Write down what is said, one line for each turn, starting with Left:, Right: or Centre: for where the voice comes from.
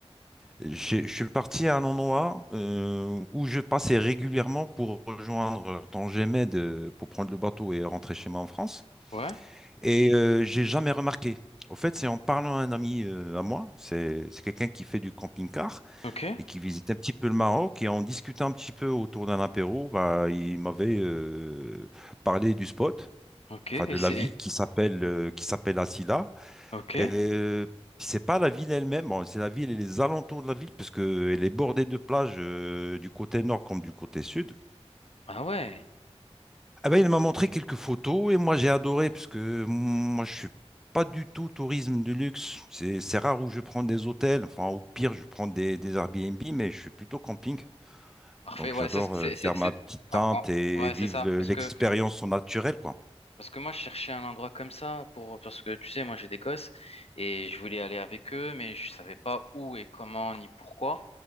Centre: J'ai- Je suis parti à un endroit euh, où je passais régulièrement pour rejoindre Tangemède euh, pour prendre le bateau et rentrer chez moi en France.
Left: Ouais.
Centre: Et euh, j'ai jamais remarqué. Au fait, c'est en parlant à un ami euh, à moi, c'est c'est quelqu'un qui fait du camping-car
Left: Ok.
Centre: et qui visite un petit peu le Maroc. Et en discutant un petit peu autour d'un apéro, bah, il m'avait euh, parlé du spot,
Left: Ok.
Centre: enfin
Left: Et
Centre: de
Left: c'est.
Centre: la ville qui s'appelle euh, qui s'appelle Assila.
Left: Ok.
Centre: Et c'est pas la ville elle-même, bon, c'est la ville et les alentours de la ville, parce que elle est bordée de plages euh, du côté nord comme du côté sud.
Left: Ah ouais.
Centre: Ah ben, il m'a montré quelques photos et moi j'ai adoré, parce que mm, moi je suis pas du tout tourisme de luxe. C'est c'est rare où je prends des hôtels, enfin au pire je prends des, des Airbnb, mais je suis plutôt camping.
Left: Parfait.
Centre: Donc
Left: Ouais,
Centre: j'adore
Left: c'est.
Centre: euh,
Left: c'est- c'est-
Centre: faire
Left: c'est-
Centre: ma petite tente
Left: ah, ah,
Centre: et
Left: ouais,
Centre: vivre
Left: c'est ça.
Centre: le-
Left: Parce
Centre: l'expérience
Left: que
Centre: au naturel, quoi.
Left: Parce que moi, je cherchais un endroit comme ça pour, parce que tu sais, moi, j'ai des gosses et je voulais aller avec eux, mais je savais pas où et comment ni pourquoi.